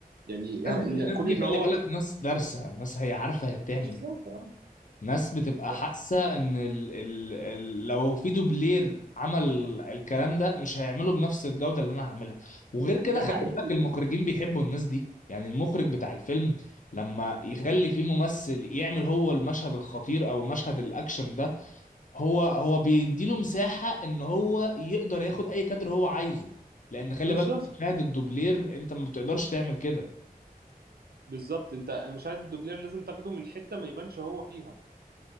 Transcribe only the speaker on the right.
يعني يعني
كون
ان
هو
بالظبط
اه
ف-
ده
حقيقي
بالظبط
بالظبط انت مشاهد الدوبلير لازم تاخده من حته ما يبانش هو فيها